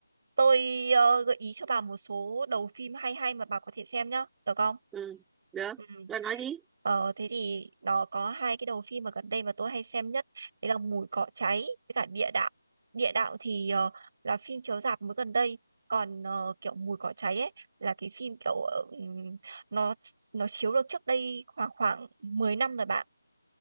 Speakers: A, on the right; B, in the centre.
A: Tôi ờ, gợi ý cho bà một số đầu phim hay hay mà bà có thể xem nhá, được không?
B: Ừ, được.
A: Ừ.
B: Bạn nói đi.
A: Ờ, thế thì nó có hai cái đầu phim mà gần đây mà tôi hay xem nhất đấy là mùi cỏ cháy với cả địa đạo địa đạo thì ờ, là phim chiếu rạp mới gần đây còn ờ, kiểu mùi cỏ cháy ấy là cái phim kiểu ờ, ừm, nó nó chiếu được trước đây khoảng khoảng 10 năm rồi bạn